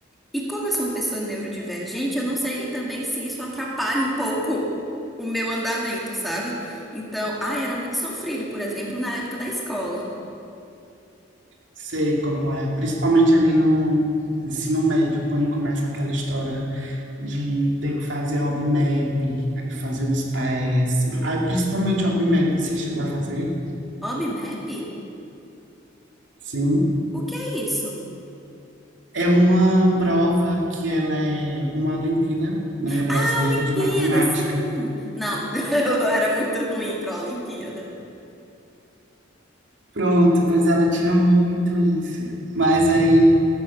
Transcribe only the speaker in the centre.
E como eu sou uma pessoa neurodivergente, eu não sei também se isso atrapalha um pouco o meu andamento, sabe? Então, ah, era muito sofrido, por exemplo, na época da escola.
Obmap?
O que é isso?
Ah, Olimpíada,
sim. Não, <laughs> eu era muito ruim pra Olimpíada.